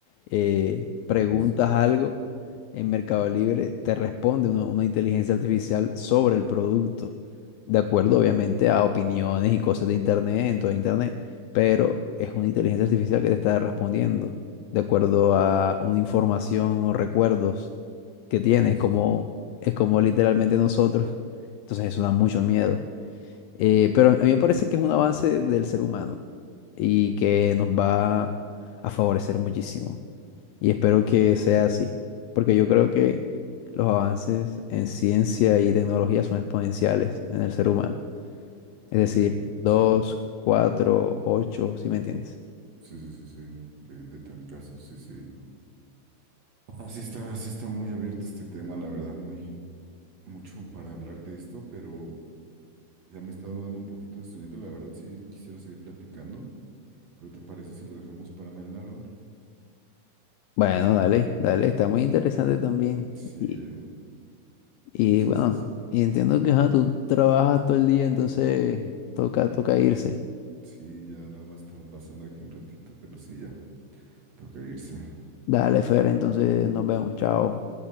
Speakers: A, on the left; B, on the right.
A: eh,
B: Tiene,
A: preguntas
B: sí.
A: algo en Mercado Libre, te responde una, una inteligencia artificial sobre el producto. De acuerdo, obviamente, a opiniones y cosas de internet, en todo internet. Pero es una inteligencia artificial que te está respondiendo de acuerdo a una información o recuerdos que tiene,
B: Sí, sí,
A: es
B: sí.
A: como, es como literalmente nosotros. Entonces eso da mucho miedo. Eh, pero a mí me parece que es un avance del ser humano y que nos va a favorecer muchísimo. Y espero que sea así, porque yo creo que los avances en ciencia y tecnología son exponenciales en el ser humano. Es decir,
B: Sí, la verdad,
A: dos
B: sí.
A: cuatro ocho si me entiendes?
B: Sí, sí, sí, sí. De, de trancazos, sí, sí. Así está, sí está muy abierto este tema, la verdad, muy, mucho para hablar de esto, pero ya me está dando un poquito de sueñito, la verdad sí quisiera seguir platicando, pero ¿te parece si lo dejamos para mañana, Raúl?
A: Bueno, dale,
B: Para,
A: dale, está muy interesante también.
B: sí,
A: Y-
B: eh,
A: Y
B: sí,
A: bueno,
B: sí, sí,
A: y entiendo que ajá, tú trabajas todo el día, entonces toca, toca irse.
B: sí, ya nada más estaba pasando aquí un ratito, pero sí, ya. Toca irse.
A: Dale, Fer, entonces nos vemos, chao.